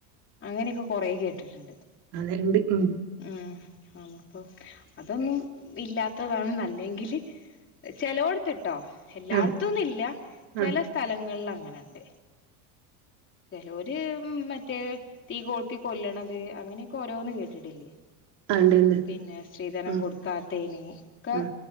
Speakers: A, on the left (about 25°); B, on the right (about 60°).
A: അങ്ങനെക്കെ കൊറേ കേട്ടിട്ട്ണ്ട്
B: അതിണ്ട് ഉം
A: ഉം ആഹ് അപ്പൊ അതൊന്നും ഇല്ലാത്തതാണ് ന്നല്ലെങ്കില് ചെലോട്ത്ത്ട്ടോ എല്ലാടത്തൊന്നുല്ല
B: ആഹ്
A: ചെലസ്ഥലങ്ങളിൽ
B: ആഹ്
A: അങ്ങനെണ്ട് ചെലോര് മറ്റേ തീ കോത്തി കൊല്ലണത് അങ്ങനെക്കെ ഓരോന്ന് കേട്ടിട്ടില്ലേ
B: ആഹ് ഉണ്ട് ഉണ്ട്
A: പിന്നെ സ്ത്രീധനം
B: ആഹ്
A: കൊടുക്കാത്തേന് ഒക്ക
B: ഉം